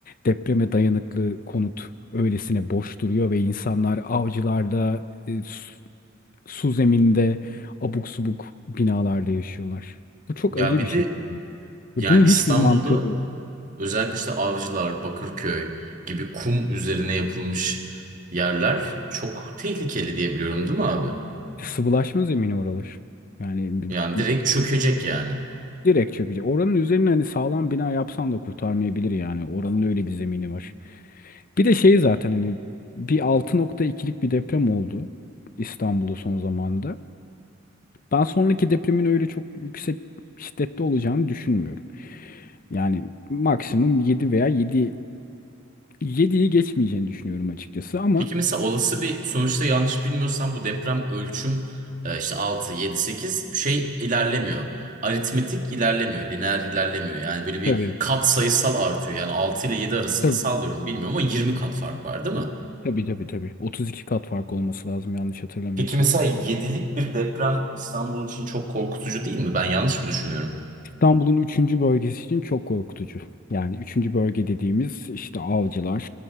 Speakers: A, on the left; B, on the right.
A: depreme dayanıklı konut öylesine boş duruyor ve insanlar avcılarda, e, su, su zeminde, abuk subuk binalarda yaşıyorlar. Bu çok
B: Ya
A: acı
B: bir
A: bir şey.
B: de yani
A: Ve bunun
B: İstanbul'da
A: hiçbir mantığı yok.
B: özellikle işte Avcılar, Bakırköy gibi kum üzerine yapılmış yerler çok tehlikeli diye biliyorum değil mi abi?
A: Sıvılaşma zemini oralar. Yani bi-
B: Yani
A: bi-
B: direkt çökecek yani.
A: direkt çökecek. Oranın üzerine hani sağlam bina yapsan da kurtarmayabilir yani. Oranın öyle bir zemini var. Bir de şey zaten hani bir altı nokta ikilik bir deprem oldu İstanbul'da son zamanda. Ben sonraki depremin öyle çok yüksek şiddette olacağını düşünmüyorum. Yani maksimum 7 veya yedi yediyi geçmeyeceğini düşünüyorum açıkçası ama
B: Peki mesela olası bir sonuçta yanlış bilmiyorsam bu deprem ölçüm e, işte 6 7 8 şey ilerlemiyor. Aritmetik ilerlemiyor, lineer ilerlemiyor. Yani böyle bir
A: Tabii.
B: kat sayısal artıyor. Yani 6 ile 7 arasında
A: Tabii
B: sallıyorum bilmiyorum ama 20 kat fark var değil mi?
A: tabii tabii. tabii. 32 kat fark olması lazım yanlış hatırlamıyorsam.
B: Peki mesela yedilik bir deprem İstanbul için çok korkutucu değil mi? Ben yanlış mı düşünüyorum?
A: İstanbul'un üçüncü bölgesi için çok korkutucu. Yani üçüncü bölge dediğimiz işte Avcılar